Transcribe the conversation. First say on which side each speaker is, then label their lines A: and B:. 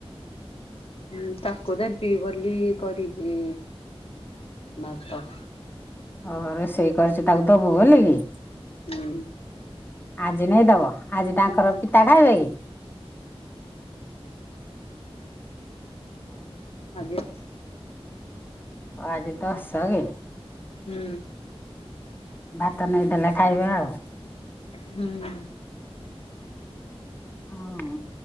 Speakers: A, on the left (about 65°); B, on the left (about 20°).
A: ହଁ ତାକୁ ଦେବି ବୋଲି କରିଛି ଭାତ।
B: ହ ରୋଷେଇ କରିଛୁ ତାକୁ ଦବୁ ବୋଲି କି।
A: ହୁଁ।
B: ଆଜି ନେଇଦବ ଆଜି ତାଙ୍କର ପିତା ଖାଇବେ କି? ହ
A: ଆଜି
B: ଆଜ ଦଶ କି?
A: ହୁଁ।
B: ଭାତ ନେଇଦେଲେ ଖାଇବେ ଆଉ
A: ହୁଁ।
B: ହଁ।